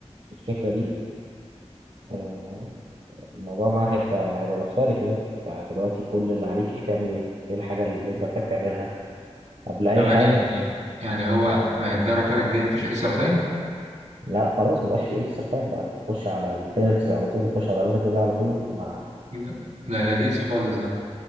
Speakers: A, on the right; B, on the right.
A: الفكره دي آه، الموضوع معاه هيبقى هيبقى مختلف يعني فدلوقتي كل اللي عليك ايه تعمل ايه ايه الحاجه اللي انت محتاج تعملها قبل اي
B: ثواني
A: حاجه
B: يعني هو من دوري الابطال الجاي مفيش اكسترا تايم
A: لا خلاص مبقاش فيه اكسترا تايم بقى تخش على البينالتيز على طول تخش على ضربات الجزاء على طول ما
B: ده ده لذيذ خالص ده